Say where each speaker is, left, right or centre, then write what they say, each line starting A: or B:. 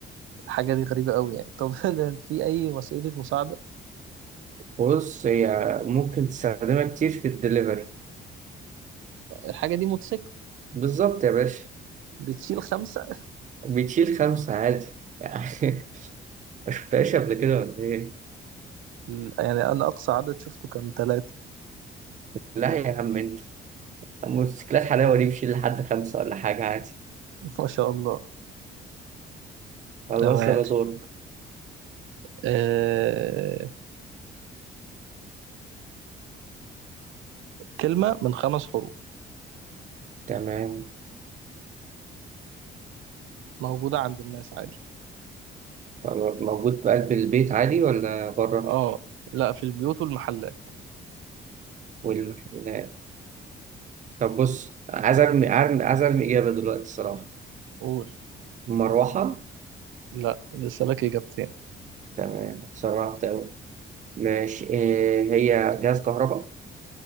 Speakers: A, on the right; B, on the right.
A: الحاجة دي غريبة أوي يعني طب <laughs> ده في أي وسيلة مساعدة
B: بص هي ممكن تستخدمها كتير في الدليفري
A: الحاجة دي موتوسيكل
B: بالظبط يا باشا
A: بتشيل خمسة
B: بتشيل خمسة عادي يعني <laughs> ما شفتهاش قبل كده ولا ايه
A: ال- يعني أنا أقصى عدد شفته كان ثلاثة
B: لا يا عم انت موتوسيكلات حلاوة دي بتشيل لحد خمسة ولا حاجة عادي
A: <laughs> ما شاء الله
B: خلاص
A: تمام
B: يلا دورك
A: آه... كلمة من خمس حروف
B: تمام
A: موجودة عند الناس عادي
B: خلاص موجود في قلب البيت عادي ولا بره
A: اه لا في البيوت والمحلات
B: والمحلات طب بص عايز ارمي ارمي عايز ارمي اجابه دلوقتي الصراحه
A: قول
B: مروحه
A: لا لسه لك اجابتين
B: تمام سرعت أوي ماشي إيه هي جهاز كهرباء